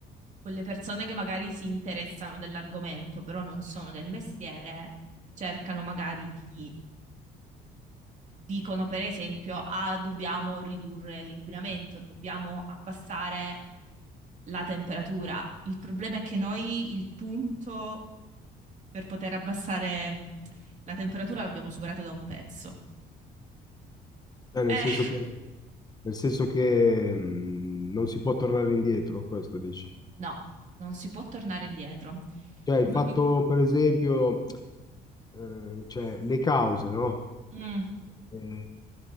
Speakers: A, on the right; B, on the left.
A: quelle persone che magari si interessano dell'argomento, però non sono del mestiere, cercano magari di, dicono per esempio, ah, dobbiamo ridurre l'inquinamento, dobbiamo abbassare la temperatura. Il problema è che noi il punto per poter abbassare la temperatura l'abbiamo superato da un pezzo.
B: eh, nel
A: Eh,
B: senso che, nel senso che mh, non si può tornare indietro, questo dici.
A: No, non si può tornare indietro.
B: Cioè, il
A: L'uni-
B: fatto, per esempio, eh, cioè, le cause, no?
A: Mm,
B: Eh,